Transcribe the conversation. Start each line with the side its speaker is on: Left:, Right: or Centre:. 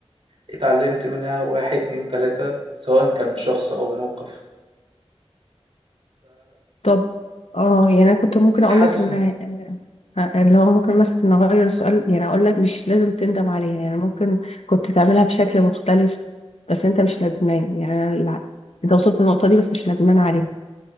Right: اتعلّمت منها 1، 2، 3 سواء كان شخص أو موقف،
Left: طب اه يعني أنا كنت ممكن
Right: فبتحسّن
Left: أقول لك إن اللي هو ممكن بس نغير السؤال يعني اقول لك مش لازم تندم عليها يعني ممكن كنت تعملها بشكل مختلف بس انت مش ندمان يعني أنا الع- انت وصلت للنقطة دي بس مش ندمان عليها